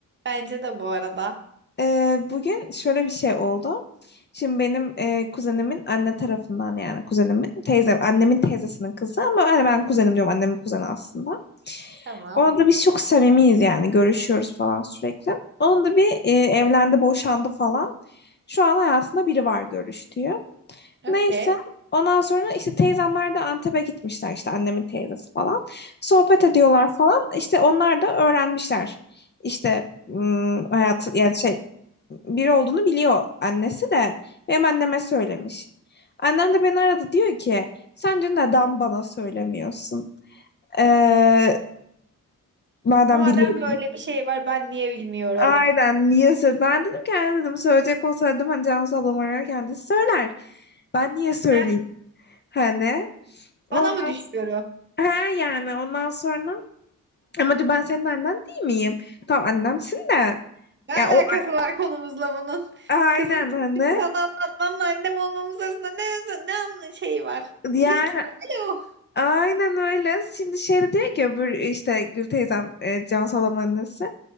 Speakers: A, on the right; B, on the left.
A: Bence de bu arada.
B: E, bugün şöyle bir şey oldu. Şimdi benim e, kuzenimin anne tarafından yani kuzenimin teyze, annemin teyzesinin kızı ama hani ben kuzenim diyorum annemin kuzeni aslında.
A: Tamam.
B: Ona da biz çok samimiyiz yani görüşüyoruz falan sürekli. Onun da bir e, evlendi, boşandı falan. Şu an hayatında biri var görüştüğü.
A: Okey.
B: Neyse ondan sonra işte teyzemler de Antep'e gitmişler işte annemin teyzesi falan. Sohbet ediyorlar falan. İşte onlar da öğrenmişler. İşte hmm, hayat yani şey biri olduğunu biliyor annesi de. Hem anneme söylemiş. Annem de beni aradı diyor ki sen dün neden bana söylemiyorsun? Ee, madem
A: Madem
B: biliyorsun.
A: böyle bir şey var ben niye bilmiyorum?
B: Aynen niye söyle? Ben dedim ki anne dedim söyleyecek olsaydım hani Cansu ablam ararken kendisi söyler. Ben niye söyleyeyim?
A: Heh,
B: Hani ondan
A: bana mı düşüyorum?
B: s- ha yani ondan sonra ama diyor ben senin annen değil miyim? Tamam annemsin de.
A: Ne
B: Ya
A: alakası
B: o
A: var konumuzla bunun?
B: aynen
A: Kızım
B: hani
A: sana anlatmamla annem olmamız arasında ne, ne anla- şey var?
B: yani
A: İlişki var. Alo.
B: Aynen öyle. Şimdi şey de diyor ki öbür işte Gül teyzem e, Can Salam annesi.